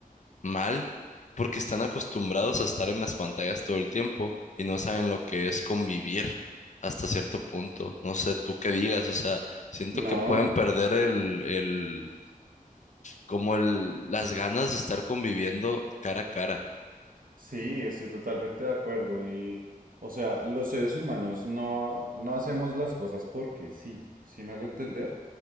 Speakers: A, on the left; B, on the right.
A: Mal, porque están acostumbrados a estar en las pantallas todo el tiempo y no saben lo que es convivir hasta cierto punto. No sé tú qué digas, o sea, siento
B: No,
A: que pueden perder el, el, como el, las ganas de estar conviviendo cara a cara.
B: sí, estoy totalmente de acuerdo. Y, o sea, los seres humanos no, no hacemos las cosas porque sí. ¿Sí me hago entender?